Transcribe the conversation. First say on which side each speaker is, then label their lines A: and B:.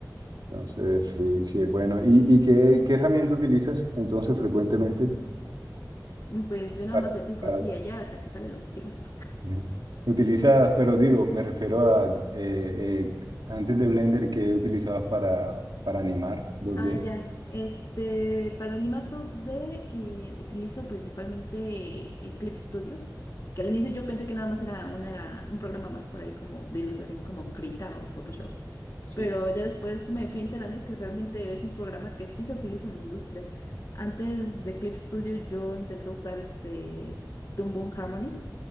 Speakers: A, on the right; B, on the left.
A: Entonces, sí, sí, es bueno. ¿Y, y qué, qué herramienta utilizas entonces frecuentemente?
B: Mm, Pues yo nada
A: para
B: más le pico
A: para
B: aquí y allá hasta que sale lo que quiero hacer.
A: Ujú. Utilizas, pero digo, me refiero a eh, eh, antes de Blender que utilizabas para, para animar dos
B: Ah,
A: d
B: ya. Este, para animar dos d eh, utilizo principalmente Eclipse Studio, que al inicio yo pensé que nada más era una, un programa más por ahí como de ilustración como Krita o Photoshop,
A: Sí.
B: pero ya después me fui enterando que realmente es un programa que sí se utiliza en la industria. Antes de Eclipse Studio yo intenté usar este Toon Boom Harmony,